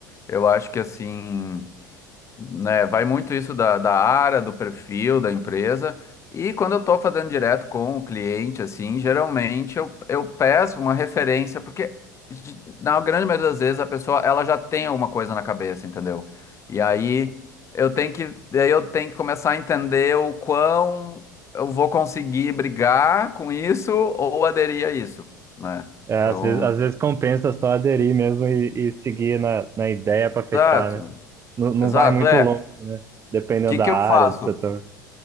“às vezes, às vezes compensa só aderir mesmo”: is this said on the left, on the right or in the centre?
Right